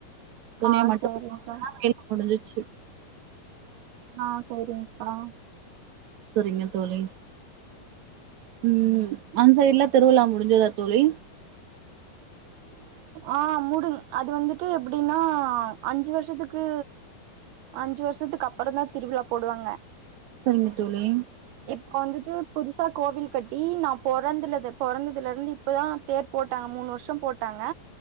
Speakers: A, on the right; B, on the right.
A: ஆ
B: துணைய மட்டும்
A: சேரிங்க்கா
B: வாஸ் பன்னா முடிஞ்சிச்சு ச
A: ஆ சரிங்க்கா
B: சரிங்க தோழி உ அந் சைடுலா திருவிழா முடிஞ்சதா தோழி
A: ஆ முடுங அது வந்துட்டு எப்படின்னா அஞ்சு வருஷத்துக்கு அஞ்சு வருஷத்துக்கு அப்பந் தா திருவிழா போடுவாங்க
B: சரிங்க தோழி
A: இப்ப வந்துட்டு புதுசா கோவில் கட்டி நா பொறந்திலது பொறந்ததுல இருந்து இப்பதா தேர் போட்டாங்க மூணு வருஷோ <unintelligible> போட்டாங்க